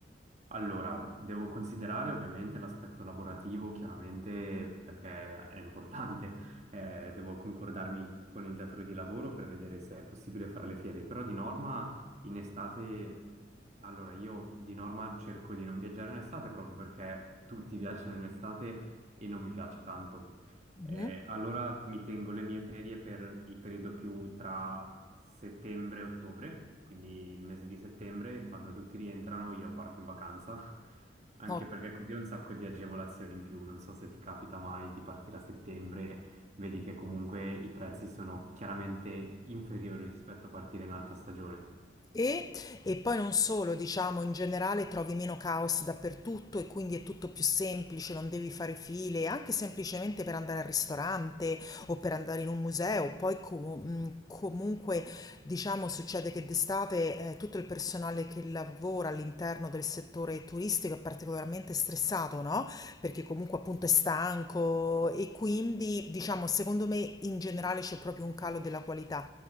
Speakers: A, on the right; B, on the left.
A: Allora, devo considerare ovviamente l'aspetto lavorativo, chiaramente perché è importante, <laughs> Eh, devo concordarmi con il datore di lavoro per vedere se è possibile fare le fiere, però di norma in estate, allora io di norma cerco di non viaggiare in estate proprio perché tutti viaggiano in estate e non mi piace tanto.
B: Mhm.
A: Eh, allora mi tengo le mie ferie per il periodo più tra settembre e ottobre, quindi il mese di settembre, quando tutti rientrano io parto in vacanza, <laughs> anche
B: Ok.
A: perché così ho un sacco di agevolazioni in più, non so se ti capita mai di partire a settembre, vedi che comunque i prezzi sono chiaramente inferiori rispetto a partire in alta stagione.
B: E, e poi non solo, diciamo, in generale trovi meno caos dappertutto e quindi è tutto più semplice, non devi fare file, anche semplicemente per andare al ristorante o per andare in un museo. Poi comu- mh, comunque, diciamo, succede che d'estate eh, tutto il personale che lavora all'interno del settore turistico è particolarmente stressato, no? Perché comunque appunto è stanco e quindi, diciamo, secondo me in generale c'è proprio un calo della qualità.